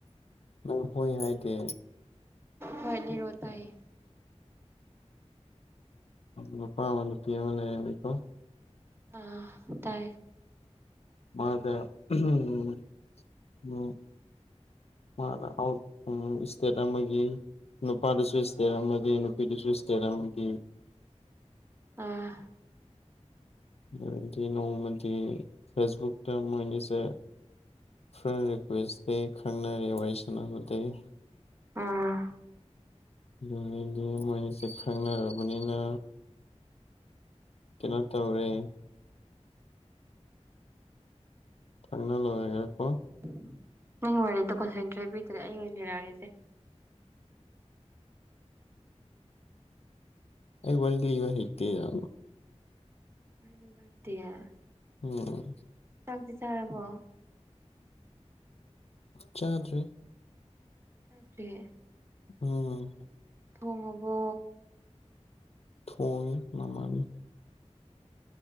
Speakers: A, on the left (about 60°); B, on the right (about 20°).
A: ꯅꯪ ꯍꯣꯏ ꯍꯥꯏꯗꯦ
B: ꯍꯣꯏ ꯂꯤꯔꯛꯑꯣ ꯇꯥꯏ
A: ꯅꯨꯄ ꯑꯃ ꯅꯨꯄꯤ ꯑꯃ ꯂꯩꯔꯝꯃꯤꯀꯣ
B: ꯑꯥ ꯇꯥꯏꯌꯦ
A: ꯃꯥꯒ ꯎꯝ <unintelligible> ꯃꯅꯥ ꯁ꯭ꯇꯦꯠ ꯑꯃꯒꯤ ꯅꯨꯄꯥꯗꯨꯁꯨ ꯁ꯭ꯇꯦꯠ ꯑꯃꯒꯤ ꯅꯨꯄꯤꯗꯨꯁꯨ ꯁ꯭ꯇꯦꯠ ꯑꯃꯒꯤ
B: ꯑ
A: ꯑꯗꯨꯗꯒꯤꯗꯤ ꯅꯣꯡꯃꯗꯤ ꯐꯦꯁꯕꯨꯛꯇ ꯃꯣꯏꯅꯤꯁꯦ ꯐ꯭ꯔꯦꯟ ꯔꯤꯀ꯭ꯋꯦꯁꯇꯩ ꯈꯪꯅꯔꯦ ꯋꯥꯔꯤ ꯁꯥꯟꯅꯕꯗꯒꯤ
B: ꯑꯥ
A: ꯑꯗꯨꯗꯒꯤ ꯃꯣꯏꯑꯅꯤꯁꯦ ꯈꯪꯅꯔꯕꯅꯤꯅ ꯀꯩꯅꯣ ꯇꯧꯔꯦ ꯐꯥꯏꯅꯜ ꯍ <unintelligible>
B: ꯎꯝ ꯅꯪ ꯋꯥꯔꯤꯗꯣ ꯀꯣꯟꯁꯦꯟꯇ꯭ꯔꯦꯠ ꯄꯤꯗꯔꯦ ꯑꯩ ꯑꯣꯏꯅ ꯂꯤꯔꯛꯑꯒꯦꯁꯦ
A: ꯑꯩ ꯋꯥꯔꯤ ꯂꯤꯕ ꯍꯩꯇꯦꯕ
B: ꯂꯤꯕ ꯍꯩꯇꯦ ꯍꯥꯏꯕ
A: ꯎꯝ
B: ꯆꯥꯛꯇꯤ ꯆꯥꯔꯕꯣ
A: ꯆꯥꯗ꯭ꯔꯤ
B: ꯆꯥꯗ꯭ꯔꯤꯌꯦ
A: ꯎꯝ
B: ꯊꯣꯡꯉꯕꯣ
A: ꯊꯣꯡꯉꯦ ꯃꯃꯥꯅ